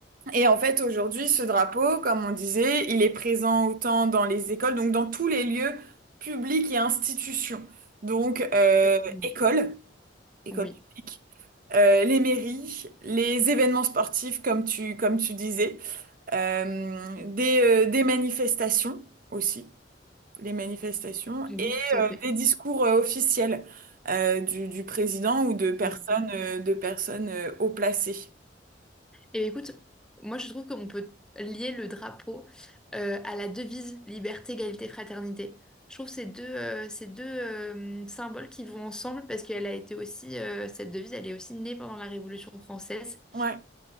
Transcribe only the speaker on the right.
et en fait, aujourd'hui, ce drapeau, comme on disait, il est présent autant dans les écoles, donc dans tous les lieux publics et institutions. Donc, euh,
écoles, écoles
publiques, euh, les mairies, les événements sportifs, comme tu, comme tu disais, euh, des, euh, des manifestations aussi, les manifestations,
et
euh,
des discours euh, officiels euh, du, du président ou de personnes,
euh, de personnes euh, haut placées.
Ouais.